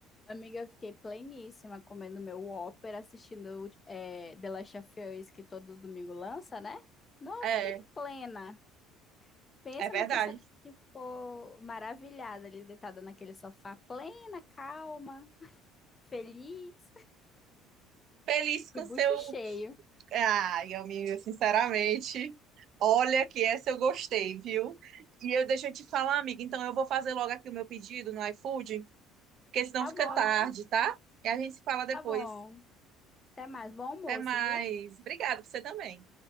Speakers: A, on the left; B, on the right.
A: Amiga, eu fiquei pleníssima comendo meu Whopper, assistindo é, The Last of Us, que todo domingo lança, né? Não, eu
B: É,
A: fiquei plena. Pensa
B: é verdade.
A: na pessoa que que ficou maravilhada ali, deitada naquele sofá, plena, calma, feliz,
B: Feliz
A: <laughs>
B: com
A: de bucho
B: seu.
A: cheio.
B: Ai, amiga, sinceramente, olha que essa eu gostei, viu? E eu deixa eu te falar, amiga, então eu vou fazer logo aqui o meu pedido no iFood, porque senão
A: Tá
B: fica
A: bom,
B: tarde,
A: eu vou.
B: tá? E a gente se fala depois.
A: Tá bom. Até mais. Bom almoço,
B: Até mais.
A: viu?
B: Obrigada, pra você também.